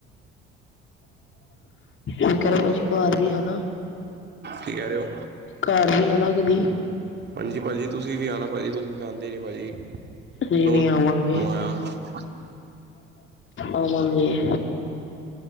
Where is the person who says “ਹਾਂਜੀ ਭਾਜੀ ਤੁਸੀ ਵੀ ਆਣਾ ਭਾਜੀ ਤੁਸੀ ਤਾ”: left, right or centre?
Right